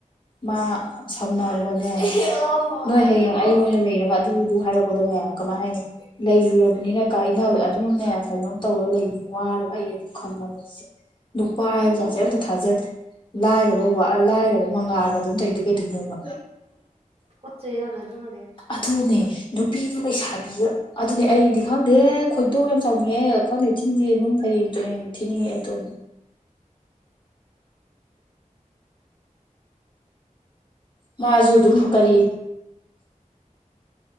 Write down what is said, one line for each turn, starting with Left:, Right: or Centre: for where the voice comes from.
Left: ꯃꯥ ꯁꯝꯅꯕꯗꯅꯦ ꯅꯣꯏ ꯍꯌꯦꯡ ꯑꯩ ꯅꯣꯏꯅ ꯂꯩꯔꯒ ꯑꯗꯨꯗꯨ ꯍꯥꯏꯔꯛꯄꯗꯅꯦ ꯀꯃꯥꯏꯅ ꯍꯥꯏꯅꯤ ꯂꯩꯔꯨꯔꯕꯅꯤꯅ ꯀꯥꯏꯅꯕ ꯑꯗꯨꯝꯅꯦ ꯀꯩꯅꯣꯝ ꯇꯧꯔ ꯂꯩ ꯋꯥꯔꯒ ꯑꯩ ꯑꯗꯨꯝ ꯈꯪꯉꯁꯦ ꯙꯄꯥ ꯍꯥꯏꯕ ꯑꯝꯇ ꯊꯥꯖꯗ꯭ꯔꯦ ꯂꯥꯏꯔꯕ ꯂꯥꯏꯔꯕ ꯃꯉꯥꯜꯔꯒ ꯑꯗꯨꯝ ꯇꯩꯗꯣꯏ ꯀꯩꯗꯣꯏꯅꯣꯕ
Right: ꯀꯆ ꯆꯩ ꯌꯥꯝꯅ ꯑꯗꯨ ꯃꯗꯅ
Left: ꯑꯗꯨꯅꯦ ꯅꯨꯄꯤꯗꯨ ꯂꯩꯁꯥꯕꯤ ꯑꯗꯨꯅꯦ ꯑꯩꯗꯤ ꯈꯪꯗꯦ ꯈꯣꯏꯗꯣ ꯌꯥꯝ ꯆꯥꯎꯅꯤꯡꯉꯦ ꯈꯪꯗꯦ ꯆꯤꯟꯗꯤꯦ ꯑꯗꯨꯝ ꯍꯌꯦ ꯌꯦꯡ ꯇꯨꯅ ꯊꯤꯅꯤꯡꯉꯑꯦ ꯑꯗꯨꯣꯅꯦ ꯃꯥꯁꯨ ꯑꯗꯨꯝ ꯀꯔꯤ